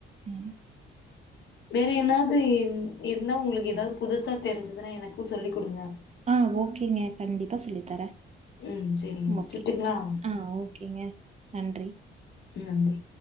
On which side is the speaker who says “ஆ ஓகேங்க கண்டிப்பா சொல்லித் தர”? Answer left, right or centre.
Right